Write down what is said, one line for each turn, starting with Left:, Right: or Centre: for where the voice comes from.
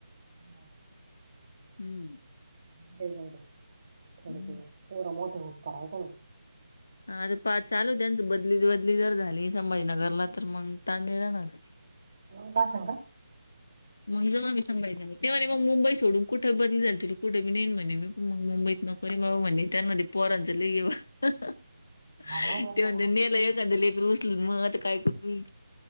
Right: हो.
Left: हम्म!
Right: ते जाऊ दे थोडे
Left: हम्म.
Right: दिवस पोरे मोठे होसतोवर आहे का नाय
Left: हा चालू आहे त्यांच बदली-बदली जर झाली. संभाजीनगरला तर मग ताय मी राहणार.
Right: <unintelligible>
Left: मग जेव्हा मी सांगायचे ग तेवा-तेवा मग मुंबई सोडून कुठे बदली झाली तु कुठे पण नन्हेण म्हणे म पण मग मुंबईत नोकरी मव म्हणणे त्यांना पोरांच ल येव ते
Right: हा ना हो बरोबर
Left: म्हणते
Right: आहे ना.
Left: नेल एखादं लेकरू उचलून मग आता काय करू मी